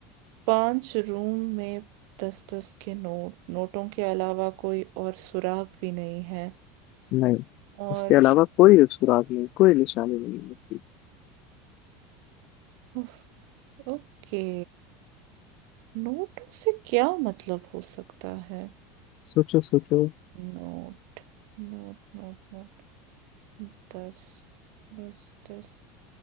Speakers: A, on the right (about 65°); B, on the left (about 50°).
A: पांच रूम में दस दस के नोट नोटों के अलावा कोई और सुराग भी नहीं है
B: नहीं
A: और
B: उसके अलावा कोई सुराग नहीं कोई निशानी नहीं है उसकी
A: उफ, ओके नोटों से क्या मतलब हो सकता है
B: सोचो सोचो
A: Note note note note दस दस दस